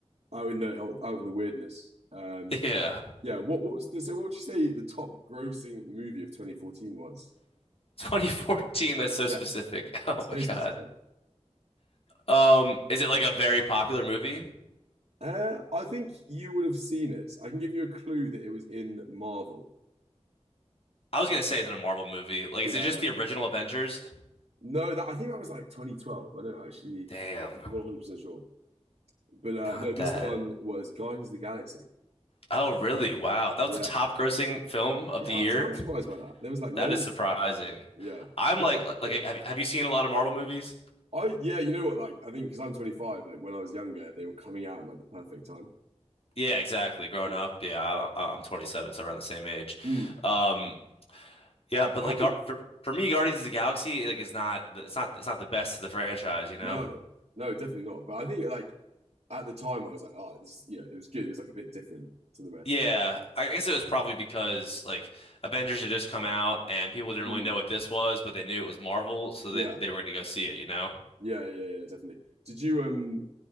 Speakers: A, on the right (about 70°); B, on the left (about 55°).
A: out in the out, out in the weirdness. Um,
B: Yeah.
A: yeah. What what was the so? What would you say the top grossing movie of 2014 was?
B: <laughs> 2014, that's so
A: Yeah,
B: specific. <laughs> Oh
A: so
B: my
A: specific.
B: God. Um, is it like a very popular movie?
A: Uh, I think you would have seen it. I can give you a clue that it was in Marvel.
B: I was gonna say, is it a Marvel movie? Like,
A: Yeah,
B: is it just
A: yeah.
B: the original Avengers?
A: No, that I think that was like 2012. I don't actually
B: Damn,
A: 100% sure, but uh,
B: not
A: no, this
B: that.
A: one was Guardians of the Galaxy.
B: Oh, really? Wow. That was
A: Yeah,
B: the top grossing film of
A: yeah.
B: the year?
A: I was- I'm surprised by that. There was like loads.
B: That is surprising.
A: Like that. Yeah,
B: I'm like,
A: Seems like good.
B: like, have, have you seen a lot of Marvel movies?
A: I yeah, you know what? Like I think because I'm 25. Like when I was younger, they were coming out at, like the perfect time.
B: Yeah, exactly. Growing
A: Yeah.
B: up, yeah, I, I'm 27, so around the same age.
A: Mm.
B: Um, yeah, but
A: I
B: like,
A: haven't.
B: Gar for, for me, Guardians of the Galaxy, like, is not, it's not, it's not the best of the franchise, you know?
A: No, no, definitely not. But I think like at the time, I was like, oh, this. Yeah, it was good. It was like a bit different to the rest
B: Yeah,
A: of
B: I guess it was probably because like Avengers had just come out and people didn't really
A: it. Mm.
B: know what this was, but they knew it was Marvel, so
A: Yeah,
B: they they were gonna go see it, you know?
A: yeah, yeah, yeah. Definitely. Did you um?